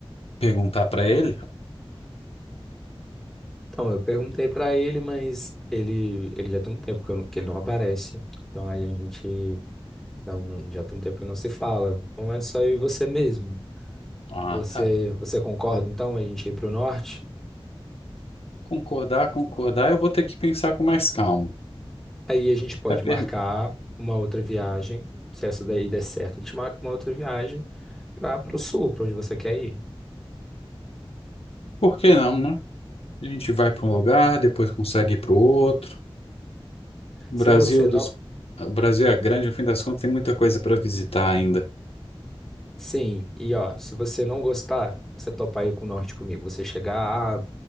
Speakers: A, on the left (about 85°); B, in the centre.
A: perguntar pra ele?
B: Então eu perguntei para ele, mas ele, ele já tem um tempo que, eu não- que ele não aparece. Então aí a gente não, não- já tem um tempo que não se fala. Então é só eu e você mesmo.
A: Ah,
B: Você,
A: tá.
B: você concorda então a gente ir para o norte?
A: Concordar, concordar, eu vou ter que pensar com mais calma.
B: Aí a gente pode
A: É per...
B: marcar uma outra viagem. Se essa daí der certo, a gente marca uma outra viagem para o sul, para onde você quer ir.
A: Por que não, né? A gente vai para um lugar, depois consegue ir para o outro. O
B: Se
A: Brasil
B: você
A: dos...
B: não.
A: O Brasil é grande, no fim das contas, tem muita coisa para visitar ainda.
B: Sim, e ó, se você não gostar, você topar ir com o norte comigo. Você chegar, ah,